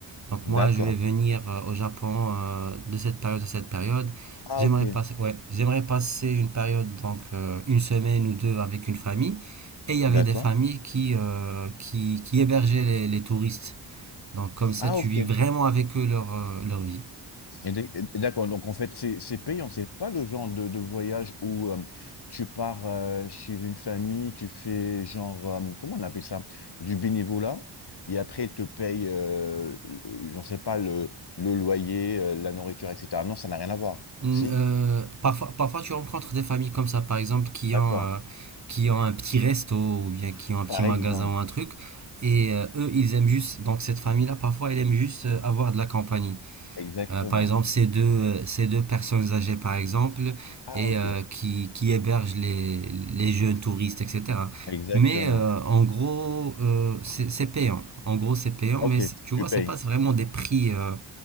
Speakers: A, on the right (about 35°); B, on the left (about 55°).
A: Donc
B: d'accord.
A: moi, je vais venir euh, au Japon euh, de cette période à cette période.
B: Ah,
A: J'aimerais
B: ok.
A: passer, ouais, j'aimerais passer une période, donc euh, une semaine ou deux avec une famille. Et il y avait
B: D'accord.
A: des familles qui, euh, qui, qui hébergeaient les, les touristes. Donc comme ça,
B: Ah,
A: tu
B: ok.
A: vis
B: Et
A: vraiment avec eux leur, euh, leur vie.
B: d- et D'accord. Donc, en fait, c'est c'est payant. C'est pas le genre de, de voyage où euh, tu pars euh, chez une famille, tu fais genre, euh, comment on appelle ça? Du bénévolat. Et après, ils te payent, euh, euh, j'en sais pas, le, le loyer, euh, la nourriture, etc. Non, ça n'a rien à voir.
A: Mm,
B: Si?
A: euh, parfois, parfois, tu rencontres des familles comme ça, par exemple, qui
B: D'accord.
A: ont, euh, qui ont un petit resto ou bien qui ont un petit
B: Par
A: magasin
B: exemple.
A: ou un truc. Et euh, eux, ils aiment juste, donc cette famille-là, parfois, elle aime juste euh, avoir de la compagnie.
B: Exactement.
A: Euh, par exemple, ces deux, euh, ces deux personnes âgées, par exemple,
B: Ah,
A: et
B: ok.
A: euh, qui, qui hébergent les, les jeunes touristes, etc.
B: Exactement.
A: Mais euh, en gros, euh, c'est c'est payant. En gros, c'est payant,
B: Ok,
A: mais c'est- tu
B: tu
A: vois, c'est
B: payes.
A: pas vraiment des prix, euh,